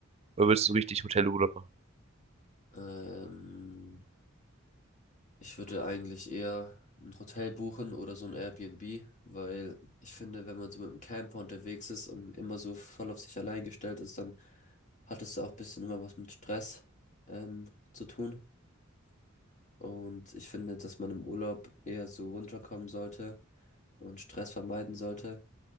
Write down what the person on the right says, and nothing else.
Oder willst du so richtig Hotelurlaub machen?